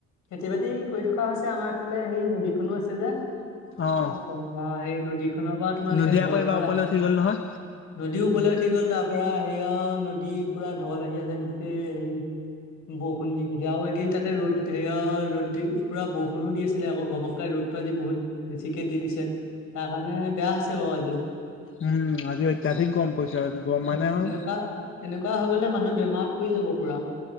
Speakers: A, on the left; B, on the left.
A: খেতি বাতি কৰি থকা হৈছে আমাৰ ইফালে সেই নদীখনো আছে যে।
B: অ'।
A: পা সেই নদীখনৰ পৰা তোমাৰ এনেকে
B: নদী
A: ঢল
B: আকৌ এইবাৰ
A: চল
B: ওপৰলৈ
A: আহে।
B: উঠি গ'ল নহয়।
A: নদীও কলে গুচি গ'ল তাৰ পৰা সেয়া নদী পুৰা ঢল আহি আছে গোটেই হে বৰষুণ দি এইকেদিন তাতে ৰ'দ সেৰিয়া ৰ'দ দি পুৰা বৰষুণো দি আছিলে আকৌ ঘপককে ৰ'দতটো আজি বহুত বেছিকে দি দিছে তাৰ কাৰণে বেয়া হৈছে বাৰু আজি।
B: উম আজি অত্যাধিক গৰম পৰিছে গৰম মানে
A: উম,
B: আৰু
A: এনেকুৱা এনেকুৱা হৈ গলে মানুহ বেমাৰত পৰি যাব পুৰা।